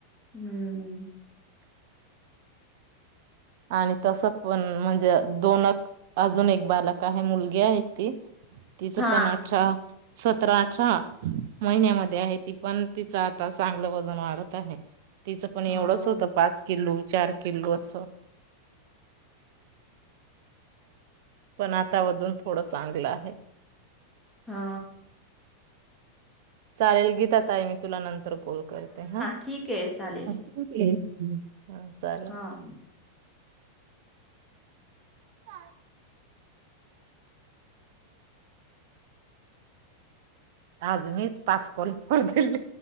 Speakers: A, in the centre; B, on the right (about 50°).
A: हम्म.
B: आणि तसं पण म्हणजे दोन अजून एक बालक आहे मुलगी आहे ती तिचं
A: हा
B: पण अठरा सतरा अठरा महिन्यामध्ये आहे ती पण तिचं आता चांगलं वजन वाढत आहे. तिचं पण एवढंच
A: हा
B: होतं पाच किलो चार किललो असं पण आता अजून थोडं चांगलं आहे.
A: हा.
B: चालेल गीता ताई मी तुला नंतर कॉल करते हा
A: ठीक आहे चालेल
B: हा चालल.
A: हा.
B: का आज मीच पाच करून पर दिली